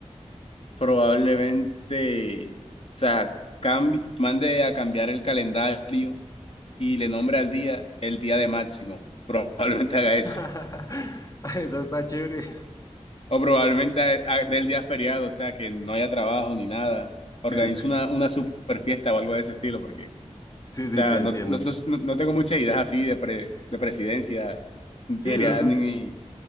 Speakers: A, on the left; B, on the left.
A: probablemente, o sea, cambi- mande a cambiar el calendario y le nombre al día el día de Máximo. <laughs> Probablemente haga eso.
B: <laughs> Esa está chévere.
A: O probablemente a- a-
B: <laughs>
A: del día feriado, o sea, que no haya trabajo ni nada.
B: Sí,
A: Organizo
B: sí.
A: una, una super fiesta o algo de ese estilo, porque, o
B: Sí, sí,
A: sea,
B: te entiendo.
A: no, no, no, no no tengo muchas ideas así de, pre- de presidencia, ni,
B: Sí, eso
A: ideas,
B: es,
A: ni-